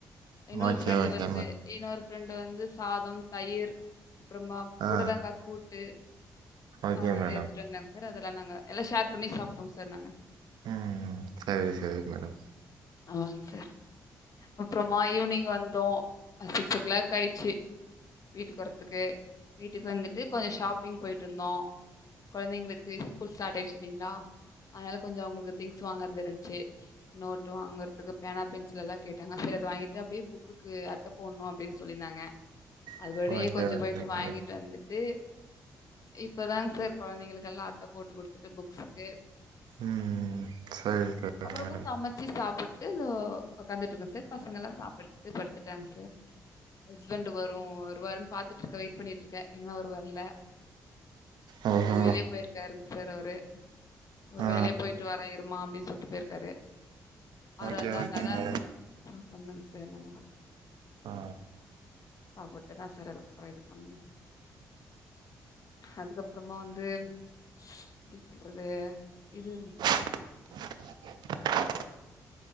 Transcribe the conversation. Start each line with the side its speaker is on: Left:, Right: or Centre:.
Left: இன்னொரு
Right: ஓகே
Left: ஃப்ரெண்டு
Right: ஓகே
Left: வந்து
Right: மேடம்
Left: இன்னொரு ஃப்ரெண்டு வந்து சாதம் தயிர் அப்றமா
Right: ஆ
Left: புடலங்கா கூட்டு
Right: ஓகே
Left: ஆ
Right: மேடம்
Left: எடுத்துட் வந்தாங்க சார் அதல்லா நாங்க எல்லா ஷேர் பண்ணி சாப்டுவோ சார் நாங்க
Right: ம் சரி சரி மேடம்
Left: ஆன் சார் அப்றமா ஈவ்னிங் வந்தோ சிக்ஸ் ஓ கிளாக் ஆயிச்சி வீட்டுக்கு வர்த்துக்கு வீட்டுக்கு வந்துட்டு கொஞ்ச ஷாப்பிங் போய்ட்டுருந்தோ கொழந்தைங்களுக்கு ஸ்கூல் ஸ்டாட் ஆயிச்சி இல்லிங்ளா அதனால கொஞ்சொ அவங்களுக் திங்ஸ் வாங்றது இருந்ச்சி நோட்டும் வாங்குறதுக் பேனா பென்சில்லா கேட்டாங்க சரி அத வாங்கிட்டு அப்டியே புக்குக்கு அட்ட போட்ணு அப்டின் சொல்லிந்தாங்க
Right: <inaudible>
Left: அதோடயே
Right: ஓகே
Left: கொஞ்சொ
Right: ஓகே
Left: போயிட்டு வாங்கிட்டு
Right: மேடம்
Left: வந்துட்டு இப்பதாங் சார் கொழந்தைங்களுக்கல்லா அட்ட போட்டு குடுத்துட்டு புக்ஸ்க்கு
Right: ம் சரி
Left: அப்ருமா
Right: மேடம்
Left: சமச்சி சாப்புட்டு தோ ஒக்காந்துட்ருக்க சார் பசங்கல்லா சாப்டுட்டு படுத்துட்டாங்க சார் ஹஸ்பண்ட் வரும் வருவார்னு பாத்துட்டுருக்க வெயிட் பண்ணிட் இருக்க இன்னு அவரு வரல
Right: ஓஹோ
Left: அவரு கொஞ்ச வெளிய போயிருக்காருங் சார் அவரு ஒரு
Right: ஆ
Left: வேலையா போய்ட்டு வரே இருமா அப்டி சொல்ட்டு போயிர்க்காரு அவரு
Right: ஓகே
Left: வந்தாருனாதா
Right: ஓகே மேடம்
Left: சார் சாப்டனுங் சார் நா
Right: ஆ
Left: அவொட்ட தா சார் அதுக்கப்பற இது பண்ணு அதுக்கப்புறமா வந்து சு எப்டி சொல்றது இது
Right: <inaudible>